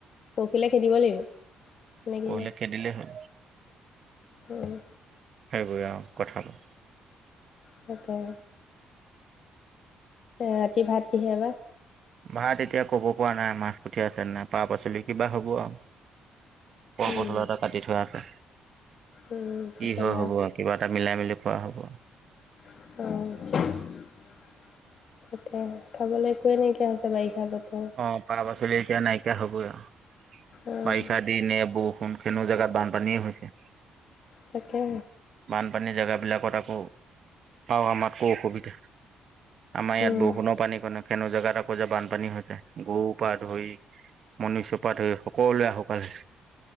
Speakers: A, on the left (about 55°); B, on the right (about 55°).
A: পৰখিলে খেদিব লাগিব। এনেকেই
B: পঢৰে খেদিলেই।
A: অঁ।
B: সেইবোৰে আৰু কথাাবোৰ।
A: তাকে। ৰাতি ভাত কিহে বা?
B: ভাত এতিয়া ক'ব পৰা নাই মাছ পুঠিয় আছে। ন নাই পাক পাচলি কিবা হ'ব আৰু। কলপচলা
A: উম,
B: এটা কাটি থোৱা আছে।
A: উম, পচলা
B: কি হয় হব আৰু। কিবা এটা মিলাই মেলি কোৱা হ'ব।
A: অ,। তাতে খাবলৈ একোৱে নাইকিয়া আ হৈছে বাৰিষা ব।
B: অ, পাক পাচলি এতিয়া নাইকিয়া হবই আৰু।
A: অ',
B: বাৰিষা দিনে বৰষুণ সেনো জোগাত বানপানীয়ে হৈছে।
A: তাকে।
B: বানপানীৰ জেগাবিলাকত আকৌ আমাতকো অসুবিধা। আমাৰ ইয়াত
A: উম,
B: বৰষুণো পানী কনেক। কেনে জেগাত আকৌ যে বানপানী হৈ যায় গৰু পা ধৰি মনুষ্য পা ধৰি। সকলোৱে আহক আজি।